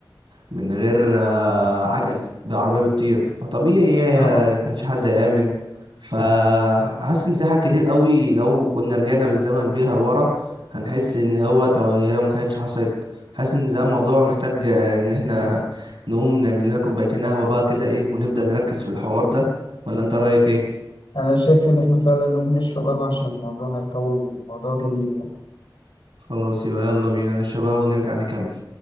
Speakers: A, on the right (about 90°); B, on the left (about 80°).
A: من غير آه، عجل بعربية بتطير فطبيعي آه،
B: آه،
A: كانش حد آمن فحاسس ان في حاجات كتير قوي لو كنا رجعنا بالزمن بيها لورا هنحس ان هو طب هي لو ما كانتش حصلت حاسس ان ده الموضوع محتاج آه، ان احنا نقوم نعمل لنا كوبايتين قهوة بقى كده ايه ونبدأ نركز في الحوار ده ولا انت رأيك ايه
B: أنا شايف إن إحنا فعلا نقوم نشرب قهوة عشان الموضوع هيطول الموضوع جميل يعني
A: خلاص يبقى يلا بينا نشرب قهوة ونرجع نكمل